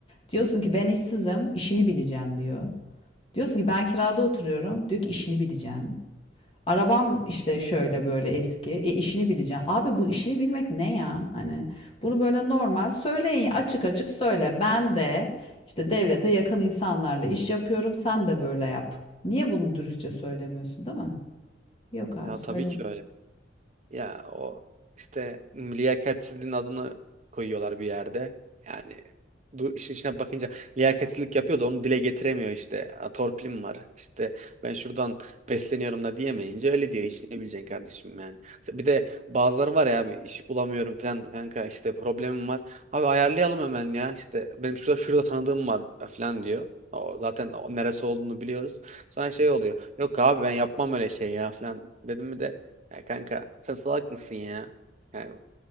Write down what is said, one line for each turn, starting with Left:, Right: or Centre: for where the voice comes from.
Left: diyorsun ki ben işsizim, işini bileceksin diyor. Diyorsun ki ben kirada oturuyorum. Diyor ki işini bileceksin. Arabam işte şöyle böyle eski. E işini bileceksin. Abi bu işini bilmek ne ya? Hani bunu böyle normal söyleyin açık açık söyle. Ben de işte devlete yakın insanlarla iş yapıyorum. Sen de böyle yap. Niye bunu dürüstçe söylemiyorsun, değil mi? Yok abi
Right: Ya
Left: söyleme.
Right: tabii ki öyle. Ya o işte liyakatsizliğin adını koyuyorlar bir yerde. Yani bu işin içine bakınca liyakatsizlik yapıyor da onu dile getiremiyor işte. "A, Torpilim var. İşte ben şuradan besleniyorum da diyemeyince öyle diyor. İşte ne bileceksin kardeşim yani. Mesela Bir de bazıları var ya abi iş bulamıyorum falan kanka işte problemim var. Abi ayarlayalım hemen ya. İşte benim şurada şurada tanıdığım var e, falan diyor. O zaten o neresi olduğunu biliyoruz. Sonra
Left: Hmm.
Right: şey oluyor. Yok abi ben yapmam öyle şey ya falan dedim mi de ya kanka sen salak mısın ya? Yani,